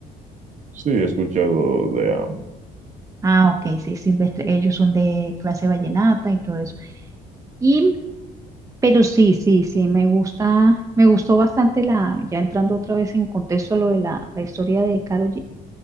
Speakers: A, on the right; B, on the right.
A: Sí, he escuchado de ambos.
B: Ah, ok, sí, Silvestre, ellos son de clase vallenata y todo eso. Y, pero sí, sí, sí, me gusta, me gustó bastante la, ya entrando otra vez en contexto a lo de la, la historia de Karol G,